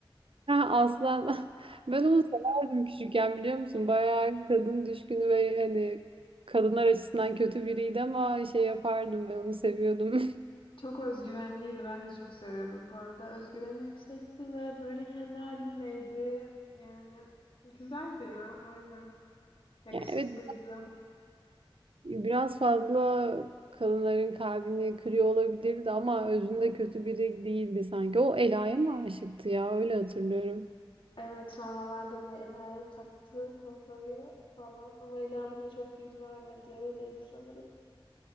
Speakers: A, on the right (about 75°); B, on the left (about 65°).
A: Ha, aslan. <laughs> Ben onu severdim küçükken biliyor musun? Bayağı kadın düşkünü ve hani kadınlar açısından kötü biriydi ama şey yapardım ben onu seviyordum. <laughs>
B: çok özgüvenliydi. Ben de çok seviyordum bu arada. Özgüveni yüksekti ve böyle kendi halindeydi. Yani güzeldi ya, aynen. Yakışıklıydı.
A: Yani evet biraz fazla kadınların kalbini kırıyor olabilirdi ama özünde kötü biri değildi sanki. O Ela'ya mı aşıktı ya öyle hatırlıyorum.
B: Evet, sonralarda bir Ela'ya taktı kafayı falan ama Ela buna çok yüz vermedi. Öyleydi sanırım.